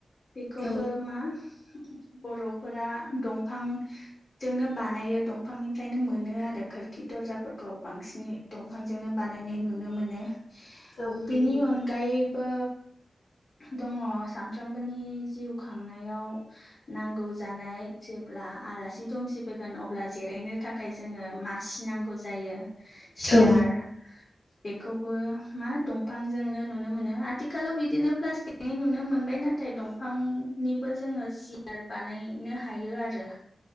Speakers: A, on the left; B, on the left.
A: बेखौबो
B: औ
A: मा बर'फोरा दंफां जोंनो बानायो दंफांनिफ्रायनो मोनो आरो खोरखि दरजाफोरखौ बांसिनै दंफांजोंनो बानायनाय नुनो मोनो
B: औ नंगौ
A: बेनि
B: नोंथां
A: अनगायै बो दङ सामफ्रामबोनि जिउ खांनायाव नांगौ जानाय जेब्ला आलासि दुमसि फैगोन अब्ला जिरायनो थाखाय जोङो मासि नांगौ जायो सियार
B: औ
A: बेखौबो मा दंफांजोंनो नुनो मोनो आथिखालाव बिदिनो प्लास्टिक नि नुनो मोनबाय नाथाय दंफांनिबो जोङो सि यार बानायनो हायो आरो